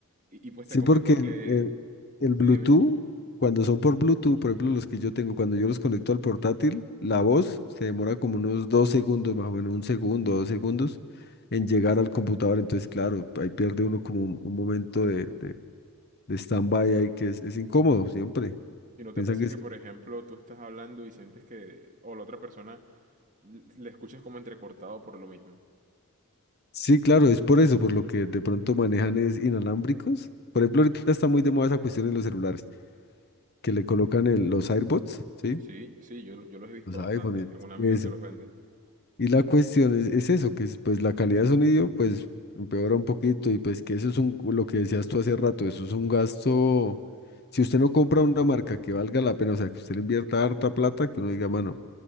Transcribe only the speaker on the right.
Y, y pues
te comento
que...
Sí,
dime.
Y no te
pasa
que,
por ejemplo, tú estás hablando y sientes que, o la otra persona l- le escuchas como entrecortado por lo mismo.
Sí, sí, yo, lo- yo los he visto
bastante.
Tengo un amigo
que los vende.